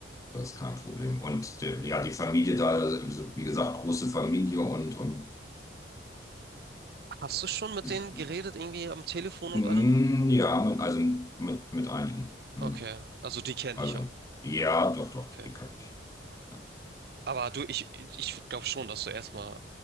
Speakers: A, on the left; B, on the right.
A: Das ist kein Problem. Und der, ja, die Familie da, also, wie gesagt, große Familie und, und
B: Hast du schon mit
A: ist-
B: denen geredet, irgendwie am Telefon
A: mm,
B: und allem?
A: ja, mit, also mit, mit einigen. Hm.
B: Okay, also die kennt
A: Also,
B: ich auch.
A: ja, doch, doch,
B: Okay.
A: die kann ich. Ja.
B: Aber du, ich, ich glaube schon, dass du erstmal